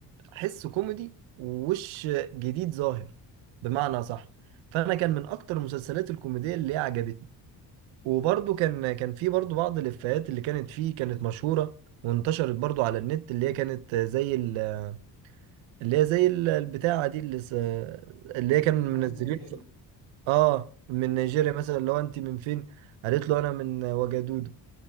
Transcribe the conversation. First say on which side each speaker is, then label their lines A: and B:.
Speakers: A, on the right (about 80°); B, on the left (about 80°).
A: حس كوميدي ووش جديد ظاهر بمعنى صح فانا كان من اكتر المسلسلات الكوميدية اللي عجبتني وبرضو كان كان في برضو بعض الإفيهات اللي كانت فيه كانت مشهورة وانتشرت برضو على النت اللي هي كانت زي ال- اللي هي زي ال- البتاعة دي اللي س- اللي
B: مدينه
A: هي كانوا منزلين
B: من نيجيريا
A: اه من نيجيريا مثلا لو انت من فين قالت له انا من وجدودو